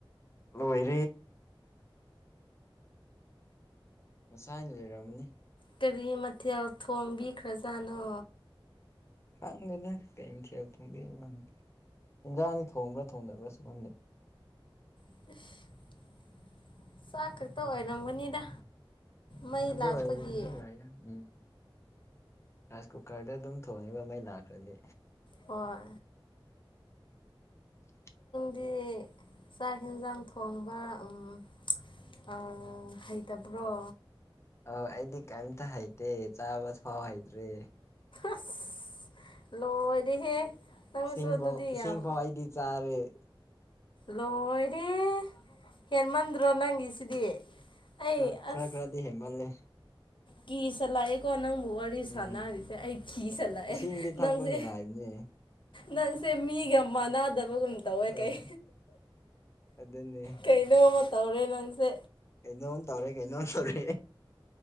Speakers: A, on the left (about 30°); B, on the left (about 65°).
A: ꯂꯣꯏꯔꯦ ꯉꯁꯥꯏꯅ ꯂꯩꯔꯝꯃꯅꯤ
B: ꯀꯔꯤ ꯃꯊꯦꯜ ꯊꯣꯡꯕꯤꯈ꯭ꯔꯖꯥꯠꯅꯣ
A: ꯈꯪꯗꯦꯅꯦ ꯀꯩꯃꯥꯊꯦꯜ ꯊꯣꯡꯕꯤꯅꯣ ꯏꯟꯖꯥꯡ ꯊꯣꯡꯕ꯭ꯔꯥ ꯊꯣꯡꯗꯕ꯭ꯔꯥꯁꯨ ꯈꯪꯗꯦ
B: ꯑꯁ ꯆꯥꯛ ꯈꯛꯇ ꯑꯣꯏꯔꯝꯒꯅꯤꯗ ꯃꯩ
A: ꯑꯗꯨ
B: ꯂꯥꯛꯄꯒꯤ
A: ꯑꯣꯏꯕꯨꯁꯨ ꯌꯥꯏꯗꯥ ꯎꯝ ꯔꯥꯏꯁ ꯀꯨꯀꯔꯗ ꯑꯗꯨꯝ ꯊꯣꯡꯉꯤꯕ ꯃꯩ ꯂꯥꯛꯈ꯭ꯔꯗꯤ
B: ꯍꯣꯏ
A: <inaudible>
B: ꯗꯤ ꯆꯥꯛ ꯍꯟꯖꯥꯡ ꯊꯣꯡꯕ ꯎꯃ ꯑꯎ ꯍꯩꯇꯕ꯭ꯔꯣ
A: ꯑ ꯑꯩꯗꯤ ꯀꯩꯝꯇ ꯍꯩꯇꯦ ꯆꯥꯕ ꯊꯤꯐꯥꯎ ꯍꯩꯇ꯭ꯔꯦ
B: ꯑꯁ ꯂꯣꯏꯔꯦꯍꯦ ꯅꯪꯁꯨ
A: ꯏꯁꯤꯡꯕꯧ
B: ꯑꯗꯨꯗꯤ
A: ꯏꯁꯤꯡꯐꯥꯎ
B: ꯌꯥꯝ
A: ꯑꯩꯗꯤ ꯆꯥꯔꯦ
B: ꯂꯣꯏꯔꯦ ꯍꯦꯟꯃꯟꯗ꯭ꯔꯣ ꯅꯪꯒꯤꯁꯤꯗꯤ ꯑꯩ
A: ꯈꯔ ꯈꯔ
B: ꯑꯁ
A: ꯈꯔꯗꯤ ꯍꯦꯟꯃꯜꯂꯦ
B: ꯀꯤ ꯁꯤꯂꯀꯑꯦ ꯀꯣ ꯅꯪꯕꯨ ꯋꯥꯔꯤ
A: ꯎꯝ
B: ꯁꯥꯟꯅꯔꯤꯁꯦ ꯑꯩ ꯀꯤꯁꯜꯂꯛꯑꯦ
A: ꯏꯁꯤꯡꯗꯤ ꯊꯛꯄ
B: ꯅꯪꯁꯦ
A: ꯅꯨꯡꯉꯥꯏꯕꯅꯦ
B: ꯅꯪꯁꯦ ꯃꯤꯒꯃꯅ ꯗꯕꯒꯨꯝ ꯇꯧꯋꯦ
A: ꯑꯥ
B: ꯀꯩ
A: ꯑꯗꯨꯅꯦ
B: ꯀꯩꯅꯣꯃ ꯇꯧꯔꯦ ꯅꯪꯁꯦ
A: ꯀꯩꯅꯣꯝ ꯇꯧꯔꯦ ꯀꯩꯅꯣꯝ ꯇꯧꯔꯦ